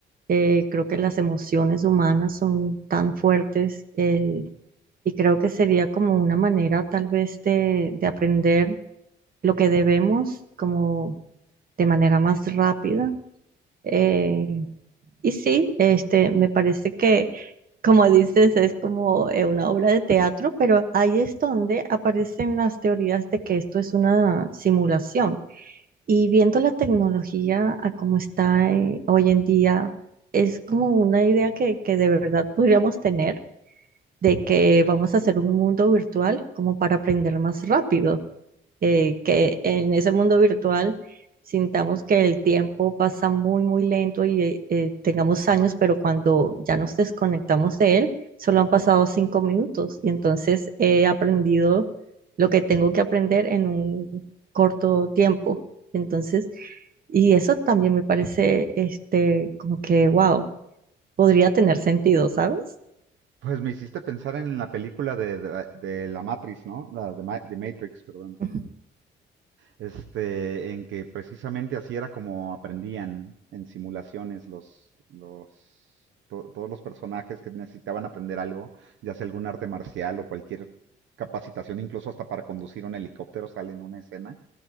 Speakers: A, on the right; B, on the right.
A: Eh, creo que las emociones humanas son tan fuertes eh, y creo que sería como una manera tal vez de, de aprender lo que debemos como de manera más rápida. Eh, y sí, este, me parece que, como dices, es como eh, una obra de teatro, pero ahí es donde aparecen las teorías de que esto es una simulación. Y viendo la tecnología a cómo está eh, hoy en día, es como una idea que, que de verdad podríamos tener de que vamos a hacer un mundo virtual como para aprender más rápido eh, que en ese mundo virtual sintamos que el tiempo pasa muy, muy lento y eh, eh, tengamos años, pero cuando ya nos desconectamos de él, solo han pasado cinco minutos y entonces he aprendido lo que tengo que aprender en un corto tiempo. Entonces, y eso también me parece, este, como que, wow, podría tener sentido, ¿sabes?
B: Pues me hiciste pensar en la película de, de- de la Matrix, ¿no? La de, Ma- de Matrix, perdón.
A: <laughs>
B: Este, en que precisamente así era como aprendían en simulaciones los, los, to- todos los personajes que necesitaban aprender algo, ya sea algún arte marcial o cualquier capacitación, incluso hasta para conducir un helicóptero sale en una escena,